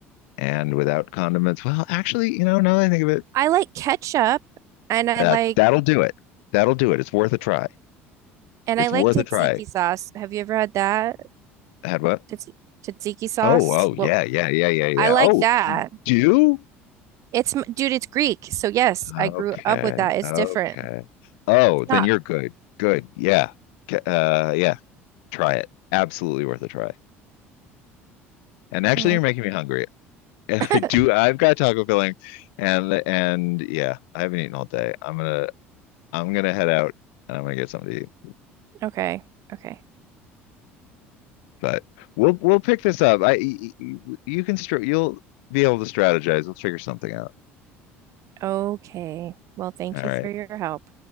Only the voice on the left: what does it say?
and without condiments. Well, actually, you know, now that I think of it,
uh,
that'll do it. That'll do it. It's worth a try.
It's
worth
a try.
I had what?
Oh, oh,
yeah, yeah, yeah, yeah, yeah.
Oh,
you do?
Okay,
okay.
Oh,
then
you're good. Good. Yeah. K- Uh, yeah. Try it. Absolutely worth a try. And actually,
you're making me hungry. <laughs> And
I do. I've got taco filling, and and yeah, I haven't eaten all day. I'm gonna I'm gonna head out and I'm gonna get something to eat.
but we'll we'll pick this up. I y- y- you can str- you'll be able to strategize. We'll figure something out.
All right.